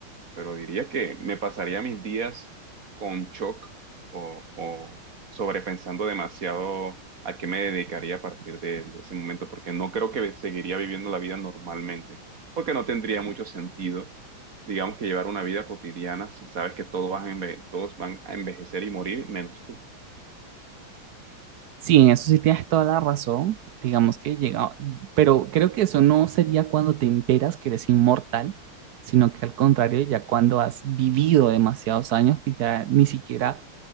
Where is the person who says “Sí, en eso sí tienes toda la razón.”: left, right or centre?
Right